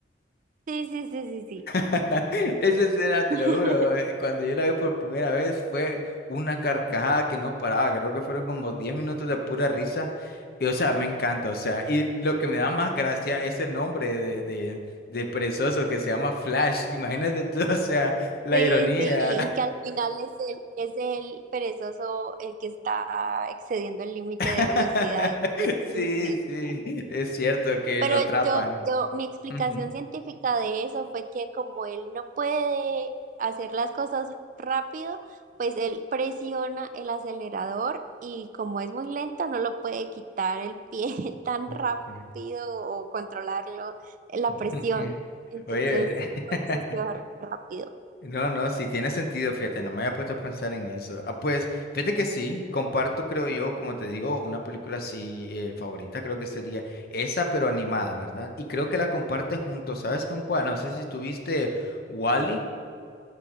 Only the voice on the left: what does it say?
<laughs> Esa escena, te
lo juro, eh, cuando yo la vi por primera vez fue una carcajada que no paraba, creo que fueron como 10 minutos de pura risa, y o sea, me encanta, o sea, y lo que me da más gracia es el nombre de, de, del perezoso que se llama Flash, <laughs> imagínate tú, o sea, la
ironía.
<laughs>
Sí, sí, es cierto que
lo atrapan.
Ujú.
Ok.
<laughs>
Oye.
<laughs>
No, no, sí tiene sentido, fíjate, no me había puesto a pensar en eso. Ah, pues, fíjate que sí, comparto, creo yo, como te digo, una película así eh, favorita, creo que sería esa, pero animada, ¿verdad? Y creo que la comparten juntos, ¿sabes con cuál? No sé si tuviste Wally.